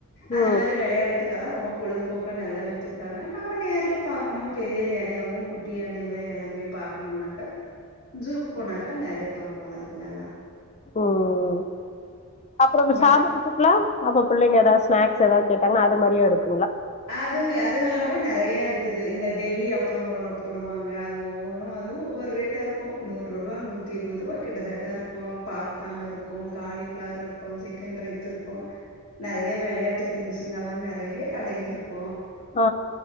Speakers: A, on the left (about 75°); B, on the left (about 30°).
A: அந்த
B: ம்
A: மாரி வெளையாடுறதுக்கெல்லாம் ரொம்பப் பொழுதுபோக்கா நல்லா வெச்சிருக்காங்க நம்ம நேர்ல பாக்கணும் பெரிய யானையாவும் குட்டி யானைங்கள எல்லாமே பாக்கணும்னாக்க ஜூக்கு போனாக்க நெறையா பாக் கலா அதுங்ளெல்லாம்
B: ம் அப்புறவு
A: மத்
B: சாபுட்றதுக்கலாம் அப்பப் பிள்ளைங்கெதாது ஸ்னாக்ஸ் எதாது கேட்டாங்க அது மெரியும் இருக்கு
A: அது அதுங்கல்லாம் கூட நெறைய இருக்கு இக்குது இந்த டெல்லி அப்புளம் போடுவாங்க அது ஒவ்வொன்னும் வந்து ஒவ்வொர் ரேட்டாருக்கும் நூறு ரூபா நூத்தி இருவது ரூபா கிட்டத்தட்டா ருக்கும் பாப்கார்ன் இருக்கும் காலிஃபிளார் இருக்கும் சிக்கன் ரைஸ் இருக்கும் நெறைய வெளையாட்டு திங்ஸுங்கல்லாம் நெறைய கடைங்கருக் கும்
B: ஆ